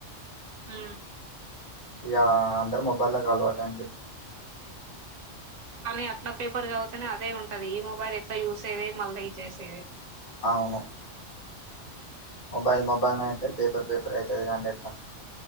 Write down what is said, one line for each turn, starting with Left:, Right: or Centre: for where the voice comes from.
Right: హు
Left: ఇగా అందరు మొబైల్ లోకి అలవాటు అయింది
Right: కానీ అట్లా పేపర్ చదువుతేనే అదే ఉంటది ఈ మొబైల్ ఎట్లా యూజ అయది మళ్ళీ ఇ చేసేది
Left: అవును మొబైల్ మొబైల్ <unintelligible> పేపర్ పేపర్ అయితది <unintelligible>